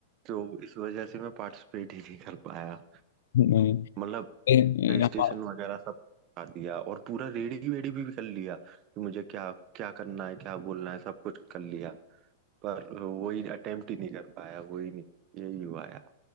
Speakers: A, on the right; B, on the left.
A: तो इस वजह से मैं पार्टिसिपेट ही नहीं कर पाया
B: नहीं
A: मतलब
B: ए- ए-
A: प्ले
B: हम-
A: स्टेशन वगैरह सब खा दिया और पूरा रेडी वेडी भी कर लिया कि मुझे क्या क्या करना है क्या बोलना है सब कुछ कर लिया पर वही अटेम्प्ट ही नहीं कर पाया वही नहीं यही हुआ यार